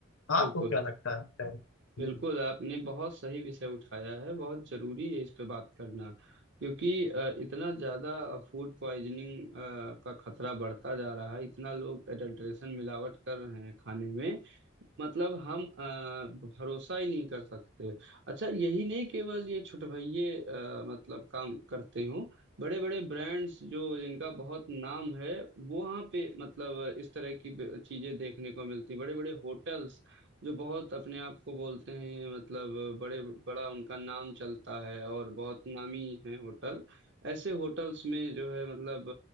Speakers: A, on the right (about 60°); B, on the left (about 80°).
A: बिल्कुल
B: आपको क्या लगता है क्या है?
A: बिल्कुल आपने बहुत सही विषय उठाया है बहुत जरूरी है इस पे बात करना क्योंकि अ, इतना ज्यादा फूड पॉइजनिंग का खतरा बढ़ता जा रहा है इतना लोग एडल्ट्रेशन मिलावट कर रहे हैं खाने में मतलब हम अ, भरोसा ही नहीं कर सकते अच्छा यही नहीं केवल ये छुटभइये अ, मतलब काम करते हो बड़े बड़े ब्रांड्स जो जिनका बहुत नाम है वो वहाँ पे मतलब इस तरह की ब- चीजें देखने को मिलती बड़े बड़े होटल्स जो बहुत अपने आप को बोलते हैं मतलब बड़े बड़ा उनका नाम चलता है और बहुत नामी है होटल ऐसे होटल्स में जो है मतलब